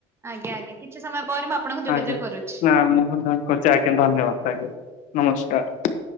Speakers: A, on the right (about 20°); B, on the left (about 70°).
A: ଆଜ୍ଞା ଆଜ୍ଞା କିଛି ସମୟ ପରେ ମୁଁ ଆପଣଙ୍କୁ ଯୋଗାଯୋଗ
B: ଆଜ୍ଞା
A: କରୁଛି।
B: ନା <unintelligible> ଆଜ୍ଞା ଧନ୍ୟବାଦ ଆଜ୍ଞା ନମସ୍କାର।